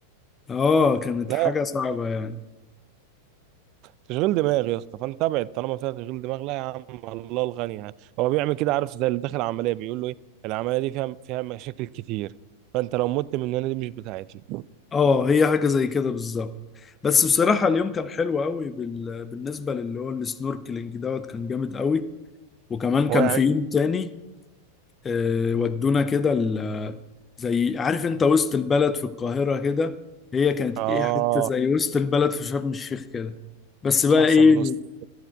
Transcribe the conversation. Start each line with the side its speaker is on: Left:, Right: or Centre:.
Left: اه كانت
Right: لا
Left: حاجة صعبة يعني
Right: تشغيل دماغ يا اسطى فانت ابعد طالما فيها تشغيل دماغ لا يا عم الله الغني يعني هو بيعمل كده عارف زي اللي داخل عمليه بيقول له ايه العمليه دي فيها فيها مشاكل كتير فانت لو مت مننا دي مش بتاعتنا
Left: اه هي حاجة زي كده بالظبط بس بصراحة اليوم كان حلو قوي بال... بالنسبة للي هو السنوركلينج دوت كان جامد قوي وكمان كان
Right: هو يعني
Left: في يوم تاني آه، ودونا كده ال- زي عارف انت وسط البلد في القاهرة كده هي كانت
Right: اه
Left: ايه حتة زي وسط البلد في شرم الشيخ كده بس
Right: مش
Left: بقى
Right: احسن
Left: ايه
Right: من وسط